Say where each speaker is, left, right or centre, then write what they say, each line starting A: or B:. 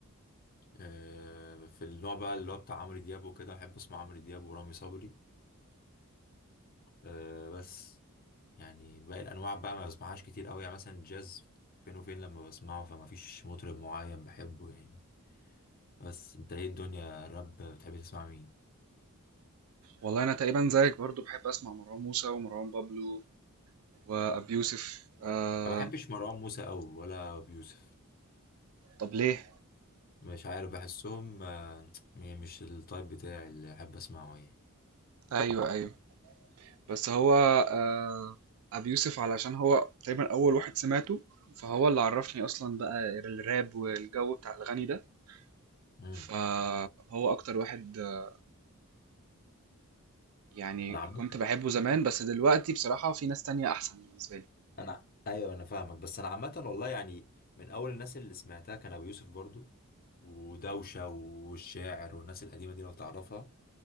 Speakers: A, on the left; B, on the right.
A: آه، في النوع بقى اللي هو بتاع عمرو دياب وكده بحب اسمع عمرو دياب ورامي صبري آه، بس يعني باقي الانواع بقى ما بسمعهاش كتير قوي يعني مثلا الجاز فين وفين لما بسمعه فما فيش مطرب معين بحبه يعني بس انت ايه الدنيا الراب بتحب تسمع مين
B: والله انا تقريبا زيك برضو بحب اسمع مروان موسى ومروان بابلو وابي يوسف آه
A: ما بحبش مروان موسى قوي ولا بيوسف
B: طب ليه
A: مش عارف بحسهم آه، م- مش التايب بتاعي اللي احب اسمعه يعني
B: ايوه ايوه بس هو آه ابي يوسف علشان هو تقريبا اول واحد سمعته فهو اللي عرفني اصلا بقى الراب والجو بتاع الغني ده
A: امم
B: فهو اكتر واحد آه، يعني
A: انا
B: كنت
A: عامه
B: بحبه زمان بس دلوقتي بصراحة في ناس تانية احسن بالنسبة لي
A: انا ايوه انا فاهمك بس انا عامه والله يعني من اول الناس اللي سمعتها كان ابو يوسف برضو ودوشه والشاعر والناس القديمه دي لو تعرفها